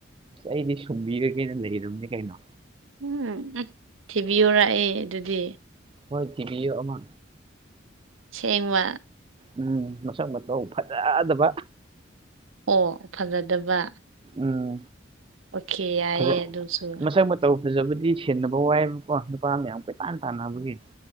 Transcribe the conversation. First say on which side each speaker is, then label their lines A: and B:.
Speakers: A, on the right; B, on the right.
A: ꯑꯩꯗꯤ ꯁꯨꯝꯕꯤꯔꯒꯦꯅ ꯂꯩꯔꯕꯅꯦ ꯀꯩꯅꯣ
B: ꯎꯝ ꯎ ꯊꯤꯕꯤꯌꯣꯔ ꯑꯩ ꯑꯗꯨꯗꯤ
A: ꯍꯣꯏ ꯊꯤꯕꯤꯌꯣ ꯑꯃ
B: ꯁꯤꯡꯕ
A: ꯎꯝ ꯃꯁꯛ ꯃꯇꯧ ꯐꯖꯥ ꯗꯕ
B: ꯑꯣ ꯐꯖꯗꯕ
A: ꯎꯝ
B: ꯑꯣꯀꯦ ꯌꯥꯏꯌꯦ
A: ꯐꯖꯩ
B: ꯑꯗꯨꯁꯨ
A: ꯃꯁꯛ ꯃ ꯇꯧ ꯐꯖꯕꯗꯤ ꯁꯦꯟꯅꯕ ꯋꯥꯏꯕꯀꯣ ꯅꯨꯄꯥ ꯃꯌꯥꯝ ꯀꯣꯏꯇꯥꯟ ꯇꯥꯟꯅꯕꯒꯤ